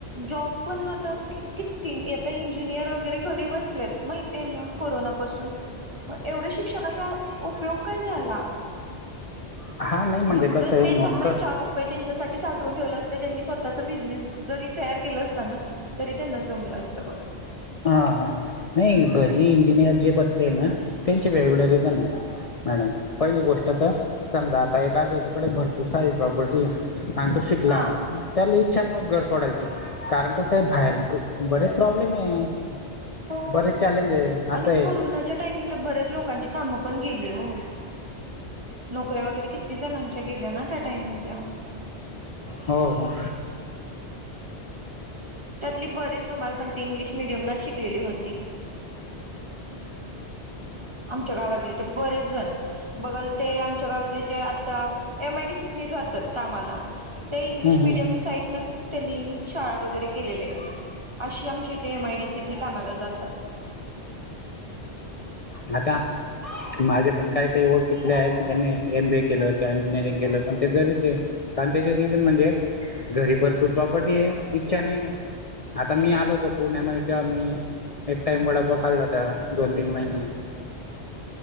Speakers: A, on the right; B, on the left.
A: जॉब पण आता किती आता इंजिनियर वगैरे घरी बसलेत माहिती ना कोरोनापासून मग एवढ्या शिक्षणाचा उपयोग काय झाला
B: हा नाही म्हणजे
A: मग
B: कसं
A: जर
B: आहे
A: तेच
B: नुसतं
A: आपण चार रुपये त्यांच्यासाठी साठवून ठेवलं असतं त्यांनी स्वतःचा बिझनेस जरी तयार केला असताना तरी त्यांना जमलं असतं बघा
B: हा हा नाही घरी इंजिनियर जे बसले ना त्यांचे वेगवेगळे रिजन आहेत. मॅडम पहिली गोष्ट तर समजा आता एखाद्या त्यायाच्याकडे भरपूर सारी प्रॉपर्टी आणि तो शिकला
A: हा
B: त्याला इच्छा नाही मत घर सोडायची कारण कसं आहे बाहेर बरेच प्रॉब्लेम आहे.
A: हो
B: बरेच चॅलेंज आहे असं
A: आणि
B: आहे
A: कोरोनाच्या टाइमिंगला बऱ्याच लोकांची काम पण गेली हो नोकऱ्या वगैरे किती जणांच्या गेल्या ना त्या टायमिंगला
B: हो हो
A: त्यातली बरीेच तुम्हाला सांगते इंग्लिश मिडियमला शिकलेली होती. आच्या गावातले तर बरेच जण बघल ते आमच्या गावातले जे आता एम आयडीसीत जातात कामाला. ते इंग्लिश मिडियम
B: हम्म
A: साईट त्यांनी शाळा वगैरे केलेल्या आहेत. अशी आमची इथे एम आयडीसीत कामाला जातात.
B: आता माझे पण काय काही ओळखितले आहेत त्यांनी एमबी केलं किंवा इंजिनिअरिंग केलं पण ते घरीच आहे. कारण त्याच्या दिसून म्हणजे घरी भरपूर प्रॉपर्टी आहे इच्छा नाही आहे. आता मी आलो होतो पुण्यामध्ये तेव्हा मी एक टाइम वडा पाव खाला आ दोन तीन महिने